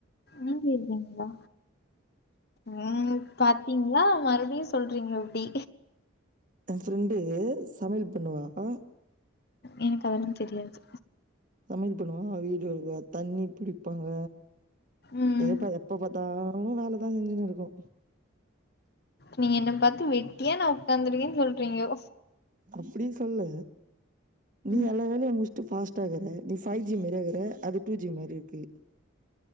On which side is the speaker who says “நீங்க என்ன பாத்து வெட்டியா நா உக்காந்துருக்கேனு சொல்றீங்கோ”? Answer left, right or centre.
Left